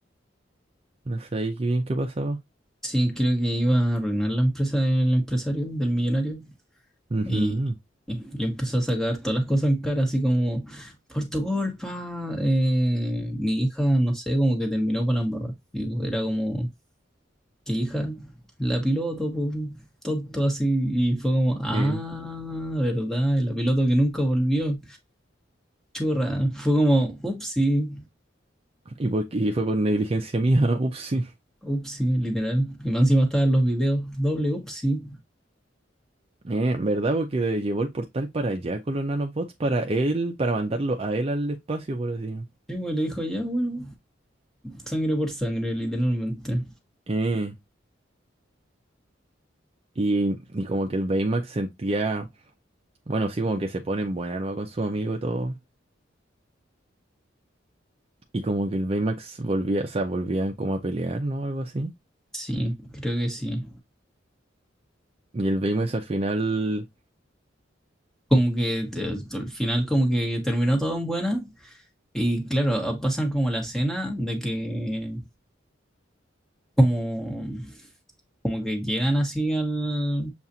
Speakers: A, on the right (about 30°); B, in the centre.
A: No sé ahí qué bien qué pasaba.
B: Sí, creo que iba a arruinar la empresa del empresario, del millonario.
A: Ujú.
B: Y, y le empezó a sacar todas las cosas en cara, así como, por tu culpa, eh, mi hija, no sé, como que terminó para la embarrada. Y era como, ¿qué hija? La piloto, po, tonto así. Y fue como, ah,
A: Eh,
B: ¿verdad? Y la piloto que nunca volvió. Churra. Fue como, upsi,
A: y, por, y fue por negligencia mía, <laughs> upsí.
B: upsi, literal. Y más encima estaban los videos, doble upsi.
A: Eh, ¿verdad? Porque le llevó el portal para allá con los nanobots, para él, para mandarlo a él al espacio, por así. decirlo.
B: Sí, pues le dijo, ya, bueno, sangre por sangre, literalmente.
A: Eh, y, y como que el Baymax sentía Bueno, sí, como que se ponen buena nueva con su amigo y todo. Y como que el Baymax volvía, o sea, volvían como a pelear, ¿no? Algo así.
B: Sí, creo que sí.
A: Y el Baymax al final.
B: como que eh, al final como que terminó todo en buena y claro, ah, pasan como la escena de que como como que llegan así al